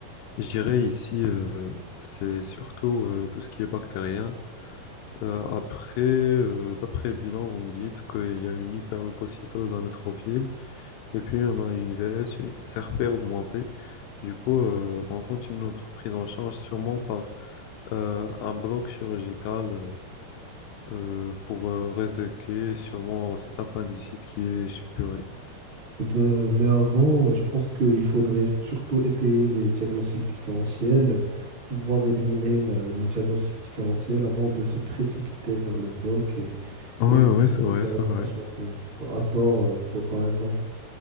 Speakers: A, on the left; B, on the right.
A: je dirais ici, euh, c'est surtout euh, tout ce qui est bactérien. Euh, après, euh, d'après le bilan, vous me dites qu'il y a une hyperleucocytose à neutrophile. Et puis, on a une VS, une CRP augmentée. Du coup, euh, on continue notre prise en charge sûrement par euh, un bloc chirurgical euh, euh, pour euh, réséquer sûrement cet appendicite qui est suppuré.
B: Eh ben, mais avant, euh, je pense qu'il faudrait surtout étayer les diagnostics différentiels, pouvoir éliminer euh, les diagnostics différentiels avant de se précipiter vers le bloc et,
A: Ouais,
B: et
A: ouais, c'est
B: opérer
A: vrai, c'est
B: la
A: vrai.
B: patiente euh, à tort, euh, par par exemple.